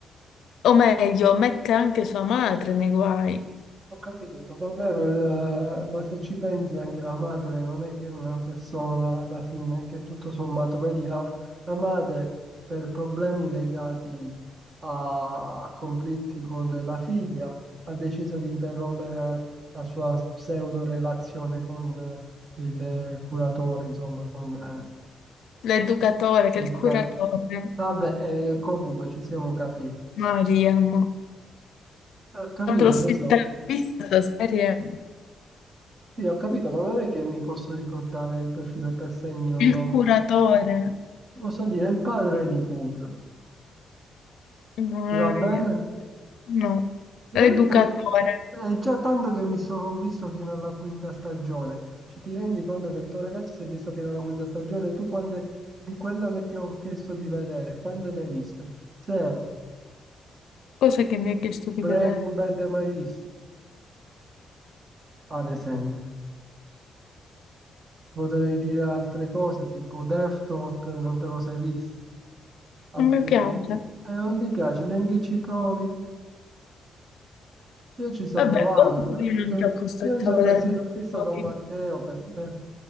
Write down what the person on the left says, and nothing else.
o meglio, mette anche sua madre nei guai,
l'educatore che
è il curatore.
Mariam.
L'altro sera
ho visto questa serie,
il
curatore.
Mariam.
No,
l'educatore.
Cosa che mi ha chiesto di
vedere?
Non mi piace.
Vabbè,
comunque io
non ti ho costretto
a vedere
mai
fuori.